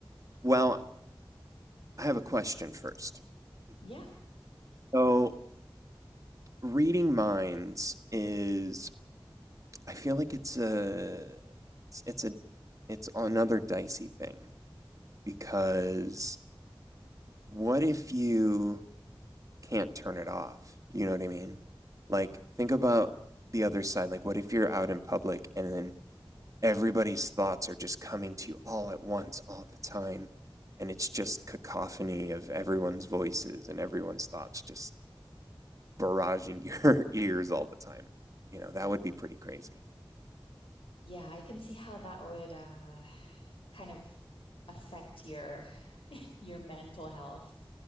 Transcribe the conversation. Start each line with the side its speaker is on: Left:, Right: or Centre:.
Right: well, I have a question first. <laughs>
Left: Yeah.
Right: So reading minds is, I feel like it's a, it's, it's a, it's another dicey thing because what if you can't turn it off? You know what I mean? Like, think about the other side. Like, what if you're out in public and then everybody's thoughts are just coming to you all at once, all the time? And it's just cacophony of everyone's voices and everyone's thoughts just barraging your <laughs> ears all the time. You know, that would be pretty crazy.
Left: Yeah, I can see how that would, uh, kind of affect your your mental health.